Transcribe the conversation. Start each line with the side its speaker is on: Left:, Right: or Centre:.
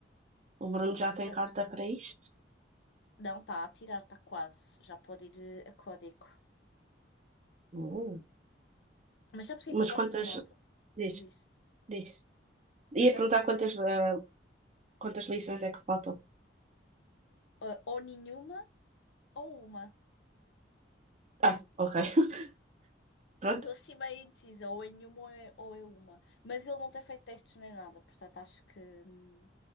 Right: O Bruno já
Left: Se-
Right: tem carta para isto.
Left: Não, está a tirar, está quase. Já pode ir eh, a código.
Right: Uh.
Left: Mas sabes o que é que
Right: Mas
Left: eu
Right: quantas.
Left: gosto na moto?
Right: Diz,
Left: Diz.
Right: diz. Ia
Left: Sabes
Right: perguntar
Left: o que é que eu
Right: quantas,
Left: gosto?
Right: ah, quantas lições é que faltam.
Left: Eh, ou nenhuma ou uma.
Right: Ah, ok. <laughs> Pronto.
Left: Estou assim meio indecisa, ou é nenhuma ou é, ou é uma. Mas ele não tem feito testes nem nada, portanto acho que hum,